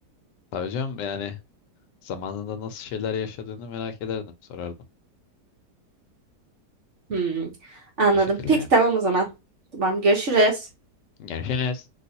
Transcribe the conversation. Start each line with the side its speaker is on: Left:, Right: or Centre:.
Left: Ha hocam yani zamanında nasıl şeyler yaşadığını merak ederdim. Sorardım.
Right: Hmm, anladım.
Left: O şekilde
Right: Peki
Left: yani.
Right: tamam o zaman. Tamam görüşürüz.
Left: Görüşürüz.